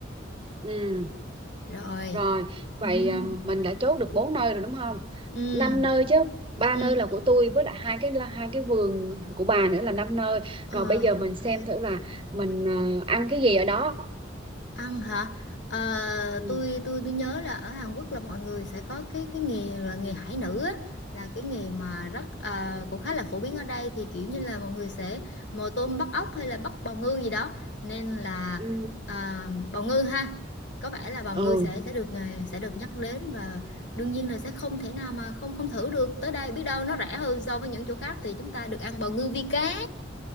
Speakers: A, on the right; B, on the left.
A: ừ
B: rồi
A: rồi
B: Ừm,
A: vậy à, mình đã chốt được bốn nơi rồi đúng không
B: ừm,
A: năm nơi chứ ba
B: ừm.
A: nơi là của tôi với lại hai cái là hai cái vườn của bà nữa là năm nơi
B: Ờ,
A: rồi bây giờ mình
B: ok
A: xem thử là mình à, ăn cái gì ở đó
B: Ăn hả? Ờ,
A: ừ
B: tôi tôi tôi nhớ là ở Hàn Quốc là mọi người sẽ có cái cái nghề là nghề hải nữ á, là cái nghề mà rất ờ, cũng khá là phổ biến ở đây thì kiểu như là mọi người sẽ mồi tôm bắt ốc hay là bắt bào ngư gì đó nên là
A: ừ,
B: à, bào ngư ha có vẻ là bào
A: ừ.
B: ngư sẽ sẽ được nghề sẽ được nhắc đến và đương nhiên là sẽ không thể nào mà không không thử được tới đây biết đâu nó rẻ hơn so với những chỗ khác thì chúng ta được ăn bào ngư vi cá